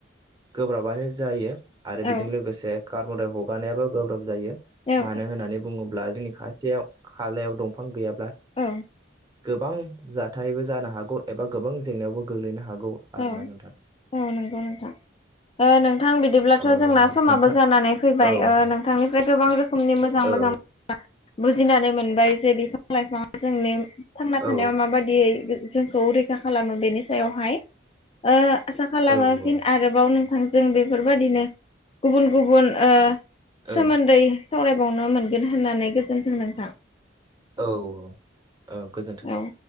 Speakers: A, on the right (about 20°); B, on the left (about 30°).
A: गोब्राबानो जायो आरो बेजों
B: औ
A: लोगोसे कार्बनदाय हगारनायाबो गोब्राब जायो
B: औ
A: मानो होननानै बुङोब्ला अब्ला जोंनि खाथियाव खालायाव दंफां गैयाब
B: औ।
A: गोबां जाथायबो जानो हागौ एबा गोबां जेंनायावबो गोग्लैनो हागौ। आरोना
B: औ
A: नोंथां
B: औ नंगौ नोंथां ओ नोंथ नोंथां बिदिब्लाथ'
A: ओ
B: जोंना समाबो
A: नोंथां
B: जानानै फैबाय
A: औ नोंथां
B: नोंथांनिफ्राय गोबां रोखोमनि मोजां
A: औ
B: मोजां मोजां बुजिनानै मोनबाय जे बिफां लाइफाङा जोंनि थांना थानायाव
A: औ
B: माबादियै जोंखौ रैखा खालामो बेनि सायावहाय ओ आसा खालामो
A: औ
B: फिन
A: औ
B: आरोबाव नोंथांजों बेफोरबादिनो गुबुन गुबुन ओ
A: औ
B: सोमोन्दै सावरायबावनो मोनगोन होननानै गोजोनथों नोंथां।
A: औ औ औ गोजोन्थों।
B: औ।